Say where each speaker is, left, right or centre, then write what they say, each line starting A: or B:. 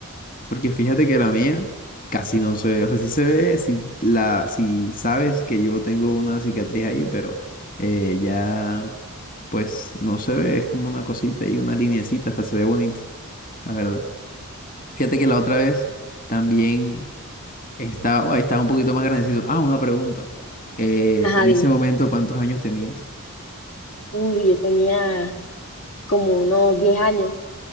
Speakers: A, on the left; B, on the left.
A: Porque fíjate que la mía casi no se ve, o sea, sí se ve, si, la, si sabes que yo tengo una cicatriz ahí, pero eh, ya pues no se ve, es como una cosita y una lineecita, hasta se ve bonita, la verdad. Fíjate que la otra vez también... Estaba, oh, estaba un poquito más grandecito. Ah, una pregunta. Eh,
B: Ajá,
A: en
B: dime.
A: ese momento, ¿cuántos años tenías?
B: Uy, yo tenía como unos 10 años.